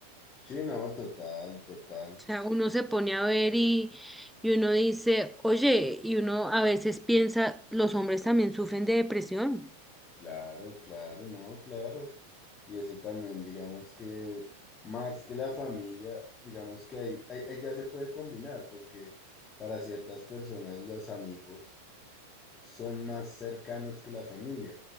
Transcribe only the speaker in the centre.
O sea, uno se pone a ver y, y uno dice, oye, y uno a veces piensa, los hombres también sufren de depresión.